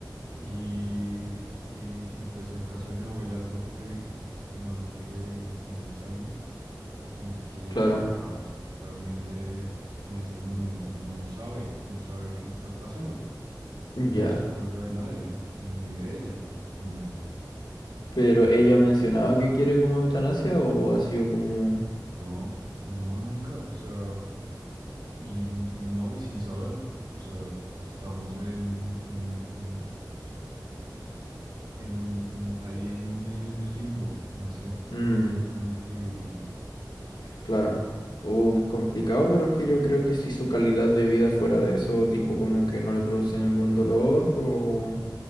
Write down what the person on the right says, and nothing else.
Y, y, y pues el caso de mi abuela es lo que te digo, es como alguien que tiene Alzheimer y que
ya realmente en este momento no sabe, no sabe qué está pasando,
no se acuerda de nadie, ni de ella, me imagino.
No, no, nunca, o sea, y, y no, y sin saberlo, o sea, estamos en, en, en, en, en- ahí en, en el limbo, no sé cómo,
de- cómo describirlo, ¿no?